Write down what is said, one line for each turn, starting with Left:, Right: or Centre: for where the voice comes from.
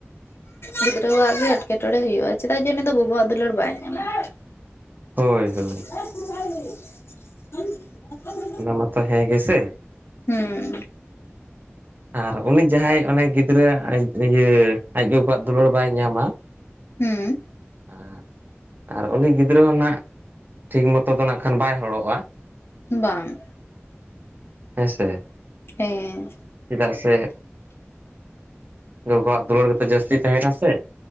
Left: ᱜᱤᱫᱽᱨᱟᱹᱣᱟᱜ ᱜᱮ ᱮᱴᱠᱮ ᱴᱚᱬᱮ ᱦᱩᱭᱩᱜᱼᱟ, ᱪᱮᱫᱟᱜ ᱡᱮ ᱩᱱᱤ ᱫᱚ ᱜᱚᱜᱚᱣᱟᱜ ᱫᱩᱞᱟᱹᱲ ᱵᱟᱭ ᱧᱟᱢᱟ᱾ <inaudible>
Right: ᱦᱳᱭ ᱦᱳᱭ ᱚᱱᱟ ᱢᱟᱛᱚ ᱦᱮᱸ ᱜᱮ ᱥᱮ᱾
Left: ᱦᱩᱸ
Right: ᱟᱨ ᱩᱱᱤ ᱡᱟᱦᱟᱸᱭ ᱚᱱᱮ ᱜᱤᱫᱽᱨᱟᱹᱣᱟᱜ ᱤᱭᱟᱹ ᱟᱡ ᱜᱚᱜᱚᱣᱟᱜ ᱫᱩᱞᱟᱹᱲ ᱵᱟᱭ ᱧᱟᱢᱟ
Left: ᱦᱩᱸ
Right: <inaudible> ᱟᱨ ᱩᱱᱤ ᱜᱤᱫᱽᱨᱟᱹ ᱦᱚᱸ ᱱᱟᱜ ᱴᱷᱤᱠ ᱢᱚᱛᱚ ᱫᱚ ᱱᱟᱜᱠᱷᱟᱱ ᱵᱟᱭ ᱦᱚᱲᱚᱜᱼᱟ᱾
Left: ᱵᱟᱝ᱾
Right: ᱦᱮᱸᱥᱮ
Left: ᱦᱮᱸ
Right: ᱪᱮᱫᱟᱜ ᱥᱮ ᱜᱚᱜᱚᱣᱟᱜ ᱫᱩᱞᱟᱹᱲ ᱜᱮᱛᱚ ᱡᱟᱹᱥᱛᱤ ᱛᱟᱦᱮᱱᱟ ᱥᱮ᱾